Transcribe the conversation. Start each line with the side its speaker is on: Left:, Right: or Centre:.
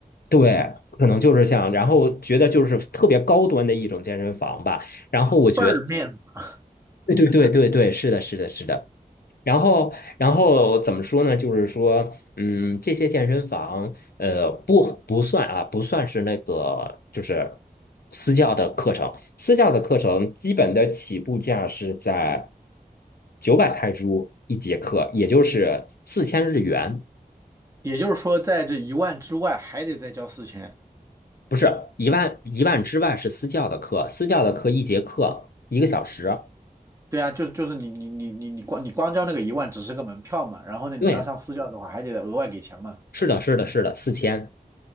Left: 对，可能就是像，然后觉得就是特别高端的一种健身房吧。然后我觉得，
Right: <laughs> 倍儿面子？
Left: 对对对对对，是的，是的，是的。然后，然后怎么说呢？就是说，嗯，这些健身房，呃，不不算啊，不算是那个，就是私教的课程。私教的课程基本的起步价是在九百泰铢一节课，也就是四千日元，
Right: 也就是说，在这一万之外还得再交四千。
Left: 不是一万一万之外是私教的课，私教的课一节课一个小时。
Right: 对啊，就是就是你你你你你光你光交那个一万只是个门票嘛，然后呢你要上私教的话还得额外给钱嘛。
Left: 对，是的，是的，是的，四千。